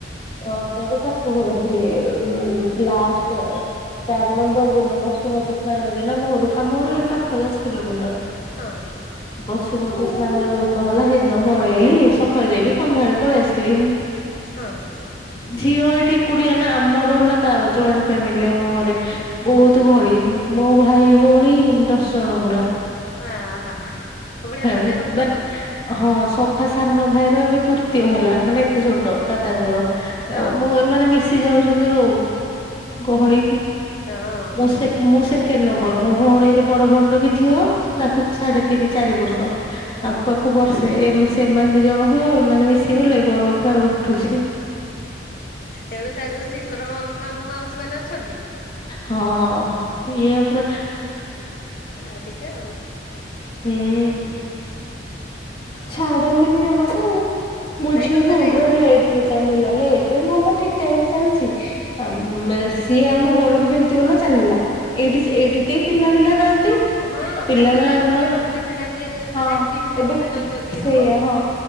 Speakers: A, on the left (about 30°); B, on the left (about 50°).
A: ରଜରେ ଶାଶୁ ଘରେ ଥିଲି ଲାଷ୍ଟ ଚାରି ନମ୍ବର ଦିନ ବସୁମତୀ ସ୍ନାନ ଦିନ ଆମ ଘରକୁ ଆମ ଘର ଏଇଠି ପାଖରେ ଦଶ କିଲୋମିଟର।
B: ହଁ, ହଁ।
A: ବସୁମତୀ ସ୍ନାନ ଯୋଉଦିନ ହେଲା ସେଇଦିନ ପଳେଇଲି ସକାଳେ ଯାଇକି ସନ୍ଧ୍ୟାବେଳେ ପଳେଇ ଆସିଲି।
B: ହଁ, ହଁ।
A: ଝିଅ ଏଠି ଏକୁଟିଆ ନା ଆମର ହେଲା ତା ଜଏଣ୍ଟ ଫ୍ୟାମିଲି ଆମ ଘରେ ବହୁତ ଗହଳି ମୋ ଭାଇ ଭଉଣୀ ଦଶ ଜଣ ପୁରା।
B: ଆହାଃ ବଢ଼ିଆ ମଜା
A: ମାନେ
B: ହଉଥିବ ଆଉ?
A: ହଁ ସଭା ସାନ ଭାଇର ଏବେ ତୃତୀୟ ହେଲା ମାନେ ଏତେ ଛୋଟ ଦାଦାଙ୍କର।
B: ହଁ ହଁ
A: ମୁଁ ଏମାନେ ମିଶି ଯାଉଛନ୍ତି ଆଉ ଗହଳି।
B: ହଁ।
A: ମୁଁ ମୁଁ ସେକେଣ୍ଡ ନମ୍ବର ମୋ ଭଉଣୀର ବଡ଼ ଭଉଣୀର ବି ଝିଅ ତାକୁ ସାଢ଼େ ତିନି ଚାରି ବର୍ଷ।
B: ହଁ
A: ଆକୁ
B: ହଁ
A: ଆକୁ ବର୍ଷେ ସେମାନେ ଦି ଜଣଙ୍କୁ ଏମାନେ ମିଶି ଗଲେ ଘର ପୁରା ଉଠୁଛି।
B: ହେଣୁ ସେ ଯୋଉ ଚିଲର ମାମୁଁ ମାଉସୀ ମାନେ ଅଛନ୍ତି
A: ହଁ ଇଏ ପୁରା
B: ଆଉ ଟିକେ ଆଉ।
A: ହୁଁ ଛାଡ଼ନ୍ତିନି ଜମା ତ। ମୋ
B: ନାଇଁ
A: ଝିଅ
B: ସତରେ
A: ନୁହଁ ପୁରା ଲେଟ ରେ ଚାଲିଲା ଲେଟ ରେ ନୁହଁ ମୋ ଠିକ ଟାଇମ ରେ ଚାଲିଛି ଆ ମେ ସିଏ ଆମ ଘରକୁ ଯେମିତି ଗଲା ଚାଲିଲା। ଏଇଠି ଏଇଠି କିଏ ପିଲା ଫିଲା ନାହାଁନ୍ତି।
B: ହଁ
A: ପିଲା
B: ଏ ପିଲାଙ୍କ
A: ନା
B: ପାଖରେ
A: ନଥି
B: ରହିଲେ ସିନା ଟିକେ ମାନେ
A: ହଁ
B: ଆକ୍ଟିଭ ହେଲେ
A: ଏବେ
B: ସିନା ଜଲ୍ଦି ଜଲ୍ଦି ଇଏ
A: ସେଇଆ
B: ହବ।
A: ହଁ।